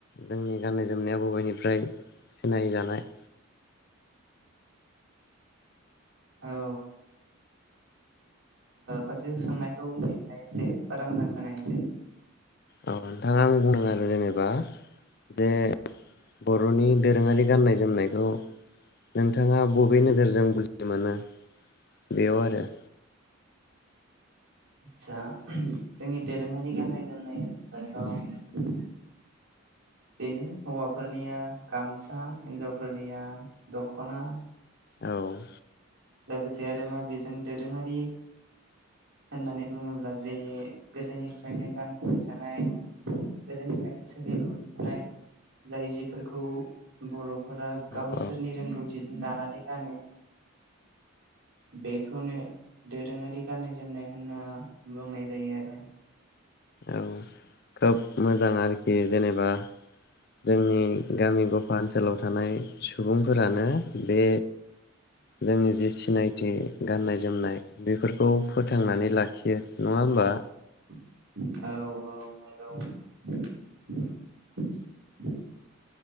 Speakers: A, on the left; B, on the right.
A: जोंनि गाननाय जोमनाया बबेनिफ्राय सिनाय जानाय
B: औ खनसे सोंनायखौ बुंफिनल एसे बारा मोजां खोनायासै
A: अ नोंथां जेनेबा बे बर'नि दोरोङारि गाननाय जोमनायखौ नोंथाङा बबे नोजोरजों बुजि मोनो बेयाव आरो
B: आदसा जोंनि दोरोङारि गाननाय जोमनायफथ' बेनो हौवाफोरनिया गामसा हिनजावफोरनिया दख'ना
A: औ
B: लोगोसे आरो मा बेजों दोरोङारि होननानै बुङोब्ला जे गोदोनिफ्रायनो गानबोबाय थानाय गोदोनिफ्रायनो सोलिबोबाय थानाय जाय जिफोरखौ बर' फोरा
A: औ
B: गावसोरनि रोंगौथि दानानै गानो बेखौनो दोरोङारि गाननाय जोमनाय होनना बुंनाय जायो आरो
A: औ खोब मोजां आरोखि जेनेबा जोंनि गामि गफा ओनसोलाव थानाय सुबुंफोरानो बे जोंनि जि सिनाय थि गाननाय जोमनाय बेफोरखौ फोथांनानै लाखियो नङा होमबा
B: औ औ नंगौ